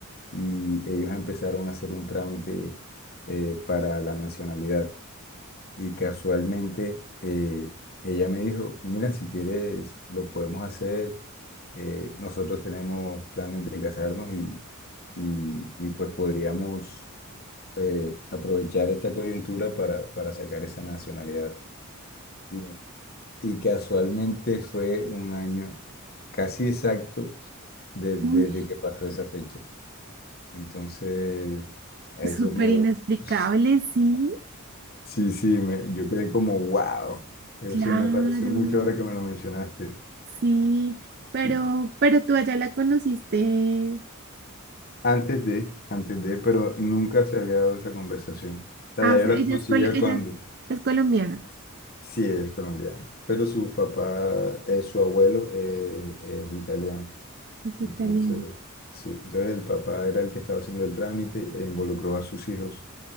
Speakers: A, on the left; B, on the right.
A: y ellos empezaron a hacer un trámite eh, para la nacionalidad. Y casualmente eh, ella me dijo, mira, si quieres, lo podemos hacer. eh, nosotros tenemos planes de casarnos y, y, y, pues podríamos eh, aprovechar esta coyuntura para, para sacar esa nacionalidad. Y, y casualmente fue un año casi exacto desde
B: Uy,
A: que pasó esa fecha. Entonces, eso
B: súper
A: me...
B: inexplicable,
A: <laughs>
B: sí,
A: Sí, sí, me- yo quedé como wow. Eso
B: claro,
A: me pareció mucho ahora que me lo mencionaste.
B: sí. Pero,
A: Y
B: pero tú allá la conociste.
A: Antes de, antes de, pero nunca se había dado esa conversación. O sea,
B: Ah,
A: ya
B: o sea,
A: yo la
B: ella
A: conocía
B: es, col- ella
A: cuando,
B: es es colombiana.
A: sí, ella es colombiana, pero su papá, eh, su abuelo eh, es italiano.
B: Es italiana.
A: Entonces, sí, entonces el papá era el que estaba haciendo el trámite e involucró a sus hijos.